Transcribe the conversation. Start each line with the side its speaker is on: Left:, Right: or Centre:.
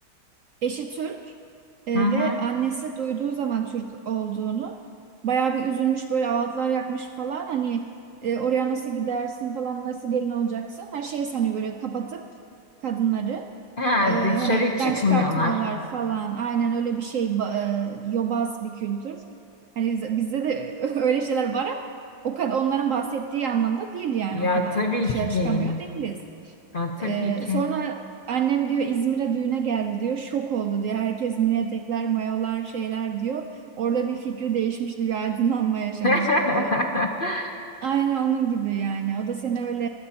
Right: Eşi Türk e,
Left: Hı hı.
Right: ve annesi duyduğu zaman Türk olduğunu bayağı bir üzülmüş böyle ağıtlar yakmış falan hani e, oraya nasıl gidersin falan nasıl gelin olacaksın her şeyi sanıyor böyle kapatıp kadınları.
Left: Ha,
Right: Ee,
Left: dışarı
Right: hani
Left: çıkmıyorlar.
Right: elden çıkartmıyorlar falan. Aynen öyle bir şey ba- e, yobaz bir kültür. Hani biz- bizde de <laughs> öyle şeyler var ama o kadar onların bahsettiği anlamda değil yani
Left: Ya
Right: o kadar
Left: tabii
Right: dışarı
Left: ki
Right: çıkamıyor
Left: değil.
Right: değiliz.
Left: Ya tabii
Right: Ee,
Left: ki.
Right: sonra annem diyor İzmir'e düğüne geldi diyor. Şok oldu diyor. Herkes mini etekler, mayolar, şeyler diyor. Orada bir fikri değişmişti, bir aydınlanma yaşamıştı
Left: <laughs>
Right: diyor. Aynen onun gibi yani. O da seni öyle